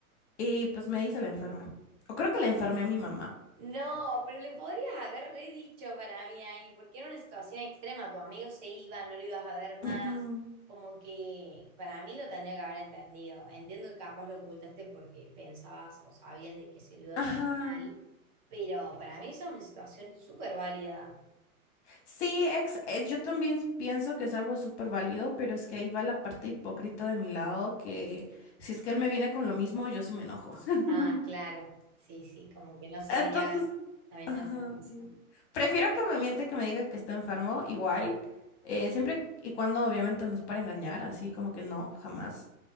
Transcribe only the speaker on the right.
No, pero le podrías haber redicho para mí ahí, porque era una situación extrema. Tu amigo se iba, no lo ibas a ver más.
Como que para mí lo tendría que haber entendido. Entiendo que capaz lo ocultaste porque pensabas o sabías de que se lo iba a tomar
mal, pero para mí esa es una situación súper válida.
Ah, claro, sí, sí, como que no sería
la misma
situación.